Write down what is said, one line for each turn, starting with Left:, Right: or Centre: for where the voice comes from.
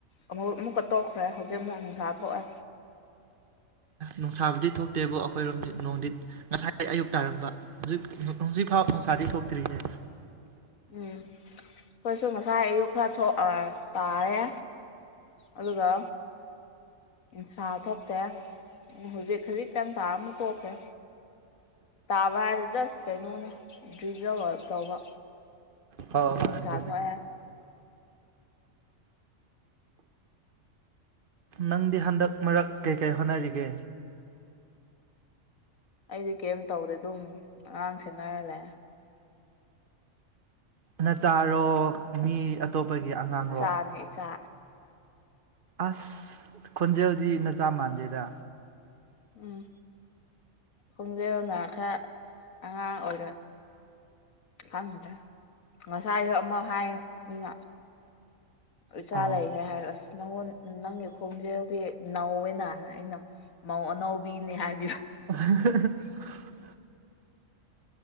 Left: ꯑꯃ ꯑꯃꯨꯛꯀ ꯇꯣꯛꯈ꯭ꯔꯦ ꯍꯧꯖꯤꯛ ꯑꯃꯨꯛ ꯅꯨꯡꯁꯥ ꯊꯣꯛꯑꯦ
Right: ꯅꯨꯡꯁꯥꯕꯨꯗꯤ ꯊꯣꯛꯇꯦꯕ ꯑꯩꯈꯣꯏꯔꯣꯝꯗꯤ ꯅꯣꯡꯗꯤꯠ ꯉꯁꯥꯏ ꯑꯌꯨꯛ ꯇꯥꯔꯝꯕ ꯍꯧꯖꯤꯛ ꯐꯧ ꯅꯨꯡꯁꯥꯗꯤ ꯊꯣꯛꯇ꯭ꯔꯤꯒꯦ
Left: <inaudible> ꯎꯝ ꯑꯩꯈꯣꯏꯁꯨ ꯉꯁꯥꯏ ꯑꯌꯨꯛ ꯈꯔ ꯊꯣꯛ ꯇꯥꯔꯦ ꯑꯗꯨꯒ ꯅꯨꯡꯁꯥ ꯊꯣꯛꯇꯦ ꯍꯧꯖꯤꯛ ꯈꯤꯖꯤꯛ ꯇꯥꯟ ꯇꯥ ꯑꯃꯨꯛ ꯇꯣꯛꯈ꯭ꯔꯦ ꯇꯥꯕ ꯍꯥꯏꯔ ꯖꯁ ꯀꯩꯅꯣꯅꯦ ꯗ꯭ꯔꯤꯖꯔ ꯇꯧꯕ
Right: ꯍꯣꯏ
Left: ꯍꯧꯖꯤꯛ
Right: ꯍꯣꯏ
Left: ꯅꯨꯁꯥ
Right: ꯑꯗꯨꯅꯦ
Left: ꯊꯣꯛꯑꯦ
Right: ꯅꯪꯗꯤ ꯍꯟꯗꯛ ꯃꯔꯛ ꯀꯩꯀꯩ ꯍꯣꯠꯅꯔꯤꯒꯦ
Left: ꯑꯩꯗꯤ ꯀꯔꯤꯝ ꯇꯧꯗꯦ ꯑꯗꯨꯝ ꯑꯉꯥꯡ ꯁꯦꯟꯅꯔꯂꯦ
Right: ꯅꯆꯥꯔꯣ ꯃꯤ ꯑꯇꯣꯞꯄꯒꯤ ꯑꯉꯥꯡꯔꯣ
Left: ꯏꯆꯥꯅꯤ ꯏꯆꯥ
Right: ꯑꯁ ꯈꯣꯟꯖꯦꯜꯗꯤ ꯅꯆꯥ ꯃꯥꯟꯗꯦꯗ
Left: ꯎꯝ ꯈꯣꯡꯖꯦꯜꯅ ꯈꯔ ꯑꯉꯥꯡ ꯑꯣꯏꯔꯣꯏ ꯈꯪꯒꯗ꯭ꯔꯦ ꯉꯁꯥꯏꯁꯨ ꯑꯃ ꯍꯥꯏꯌꯦ ꯃꯤꯅ ꯏꯆꯥ
Right: ꯑꯣ
Left: ꯂꯩꯈ꯭ꯔꯦ ꯍꯥꯏꯔ ꯑꯁ ꯅꯪꯉꯣꯟ ꯅꯪꯒꯤ ꯈꯣꯡꯖꯦꯜꯗꯤ ꯅꯧꯋꯦꯅ ꯑꯩꯅ ꯃꯧ ꯑꯅꯥꯎꯕꯤꯅꯤ ꯍꯥꯏꯕ
Right: <unintelligible>